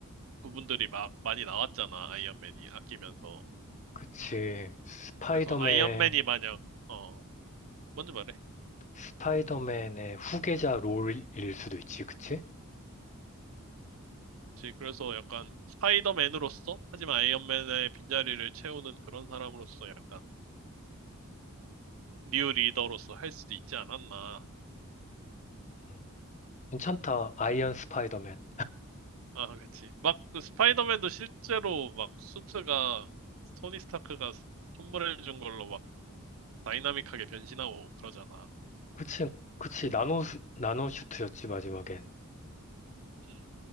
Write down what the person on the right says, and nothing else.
부분들이 막 많이 나왔잖아, 아이언맨이 아끼면서.
그래서 아이언맨이 만약, 어, 뭔지 말해.
그치. 그래서 약간 스파이더맨으로서, 하지만 아이언맨의 빈자리를 채우는 그런 사람으로서 약간 뉴 리더로서 할 수도 있지 않았나.
아, 그치. 막그 스파이더맨도 실제로 막 수트가 토니 스타크가 선물해준 걸로 막 다이나믹하게 변신하고 그러잖아.
음.